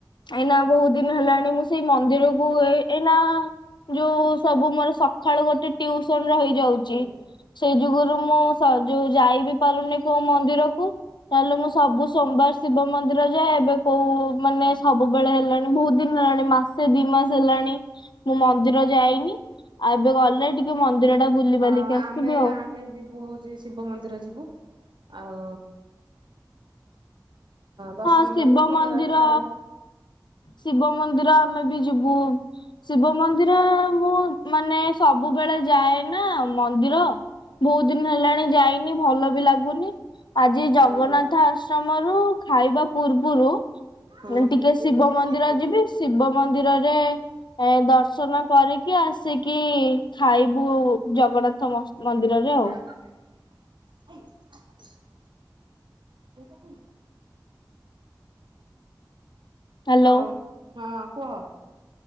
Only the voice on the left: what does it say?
ଏଇନା ବହୁତ ଦିନ ହେଲାଣି ମୁଁ ସେଇ ମନ୍ଦିରକୁ ଏଇନା ଯୋଉ ସବୁ ମୋର ସକାଳୁ ଗୋଟେ ଟ୍ୟୁସନ ରହିଯାଉଛି।
ସେଇ ଯୁଗରୁ ମୁଁ ଯୋଉ ଯାଇ ବିି ପାରୁନି କୋଉ ମନ୍ଦିରକୁ ନହେଲେ ମୁଁ ସବୁ ସୋମବାର ଶିବ ମନ୍ଦିର ଯାଏ ଏବେ କୋଉ ମାନେ ସବୁବେଳେ ହେଲାଣି ବହୁତ ଦିନ ହେଲାଣି ମାସ ସେ ଦି ମାସ ହେଲାଣି ମୁଁ ମନ୍ଦିର ଯାଇନି ଏବେ ଗଲେ ଟିକେ ମନ୍ଦିରଟା ବୁଲିିବାଲିକି
ଆସିବି
ଆଉ
ହଁ ଶିବ
ମନ୍ଦିର
ଶିବ ମନ୍ଦିର ଆମେ ବି ଯିବୁ ଶିବ ମନ୍ଦିର ମୁଁ ମାନେ ସବୁବେଳେ ଯାଏ ନା ମନ୍ଦିର? ବହୁତ ଦିନ ହେଲାଣି ଯାଇନି ଭଲ ବି ଲାଗୁନି। ଆଜି ଜଗନ୍ନାଥ
ଆଶ୍ରମରୁ ଖାଇବା ପୂର୍ବରୁ
ଟିକେ ଶିବ ମନ୍ଦିର ଯିବି ଶିବ ମନ୍ଦିରରେ ଏ ଦର୍ଶନ କରିକି ଆସିକି ଖାଇବୁ ଜଗନ୍ନାଥ ମ ମନ୍ଦିରରେ ଆଉ
ହ୍ୟାଲୋ।